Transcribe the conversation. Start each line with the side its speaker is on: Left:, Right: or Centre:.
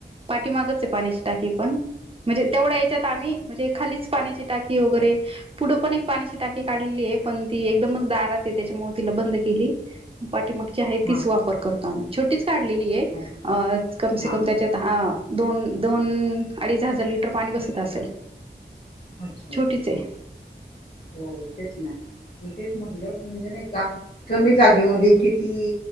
Right: पाठी मागच आहे पाण्याची टाकी पण म्हणजे तेवढ्या याच्यात आम्ही म्हणजे खालीच पाण्याची टाकी वगैरे पुढं पण एक पाण्याची टाकी काढलेली आहे. पण ती एकदमच दारात त्याच्यामुळे तिला बंद केली पाठीमागची आहे
Left: हा
Right: तीच वापर करतो. छोटीच काढलेली आहे,
Left: हा
Right: अ कमसे
Left: हा
Right: कम
Left: हा
Right: त्याच्या आ दोन दोन अडीच हजार लिटर पाणी बसत असेल.
Left: अच्छा अच्छा
Right: छोटीच आहे
Left: हा हो तेच ना! म तेच म्हटलं की म्हणजे नाही का कमी जागेमध्ये किती